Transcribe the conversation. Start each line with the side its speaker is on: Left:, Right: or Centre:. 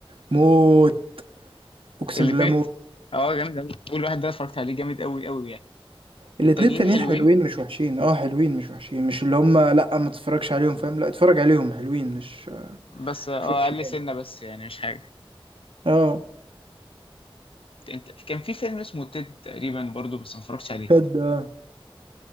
Right: موت أقسم
Left: الاثنين
Right: بالله موت
Left: اه جامد أوي. اول واحد ده اتفرجت عليه جامد قوي قوي يعني
Right: الاتنين
Left: التانيين
Right: التانيين
Left: حلوين
Right: حلوين مش وحشين اه حلوين مش وحشين مش اللي هم لأ ما تتفرجش عليهم فاهم لأ اتفرج عليهم حلوين مش
Left: بس اه
Right: مش وحشين
Left: اقل سنه بس يعني مش حاجه
Right: اه
Left: انت كان في فيلم اسمه تيد تقريبا برضو بس ما اتفرجتش عليه
Right: تد آه.